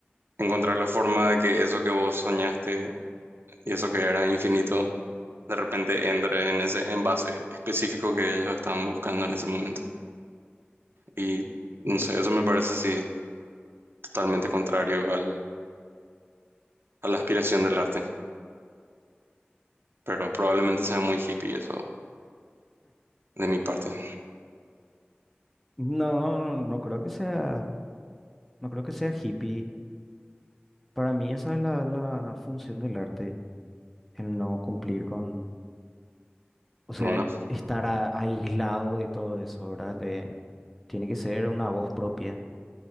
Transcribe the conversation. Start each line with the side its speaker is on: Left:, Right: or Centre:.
Right: encontrar la forma de que eso que vos soñaste y eso que era infinito de repente entre en ese envase específico que ellos están buscando en ese momento. Y no sé, eso me parece así totalmente contrario al, a la aspiración del arte, pero probablemente sea muy hippie eso de mi parte.
Centre: No, no, no creo que sea, no creo que sea hippie. Para mí esa es la, la función del arte, el no cumplir con, o sea,
Right: No, no.
Centre: estar a- aislado de todo eso, ¿verdad? De, tiene que ser una voz propia.